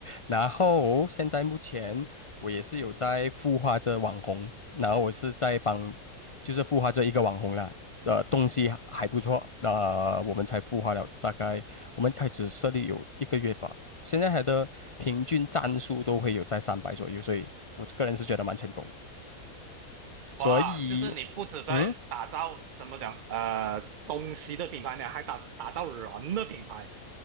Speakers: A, on the left; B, on the right.
A: 然后现在目前我也是有在孵化着网红，然后我是在帮，就是孵化这一个网红啦。呃，东西还不错，呃，我们才孵化了大概，我们开始设立有一个月吧，现在还的平均赞数都会有在三百左右，所以我个人是觉得蛮成功的
B: <laughs>
A: 所以，
B: 哇，就是你不止在打造怎么讲呃东西的品牌呢，
A: 嗯。
B: 还打打造人的品牌，